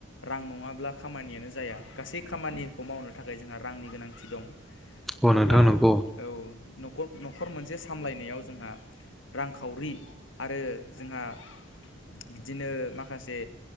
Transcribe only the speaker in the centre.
औ
नोंथां नंगौ